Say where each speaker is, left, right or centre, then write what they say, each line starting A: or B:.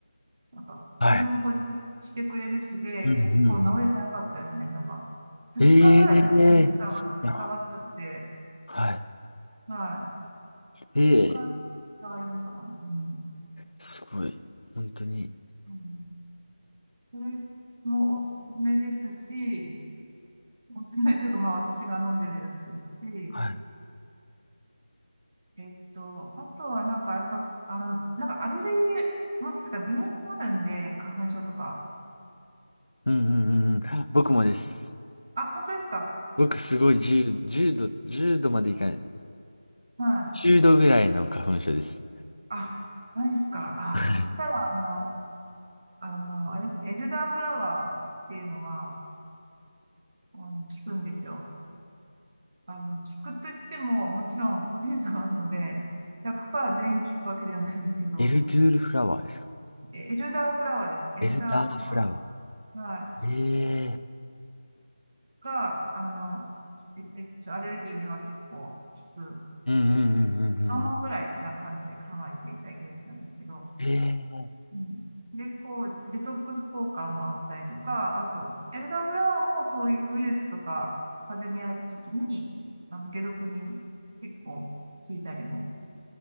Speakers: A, on the right; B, on the left.
A: なんか、それも補充してくれるしで、
B: はい。うんうんう
A: 結構治り早かったですね。なんか、2日ぐらい
B: ん。ええー。
A: 下が、
B: いや、
A: 下がっちゃって、
B: はい。
A: はい。2日下がりましたかね。
B: ええー。
A: うん。
B: すごい。本当に。
A: うんそれもおすすめですし、おすすめというか、まあ私が飲んでるやつですし、
B: はい。
A: えっと、あとはなんか、やっぱ、あの、なんかアレルギー持つとか、鼻炎があるんで、花粉症とか。
B: うんうんうんうん。僕もです。
A: あ、本当ですか
B: 僕すごい10、度、1度までいかない。
A: はい。
B: 10度ぐらいの花粉症です。
A: あ、マジですかあ、
B: はい
A: そしたら、あの、あの、あれですね、エルダーフラワーっていうのが、あの、効くんですよ。あの、効くといっても、もちろん個人差があるので、100%全員効くわけではないんですけど、
B: エルドゥールフラワーですか
A: えエルダーフラワーです。エルダーフラワ
B: エルダーフラワ
A: ー。はい。
B: ー。ええ
A: が、あの、えっとアレルギーには結構効く。
B: うんうんうんうんうん。
A: 3話ぐらいな感じで考えていただけるんですけど、
B: ええ
A: うん、で、こう、デトックスポーカーもあったりとか、あと、エルダーフラワーもそういうウイルスとか、風邪にあるときに、あの、解毒に結構効いたりも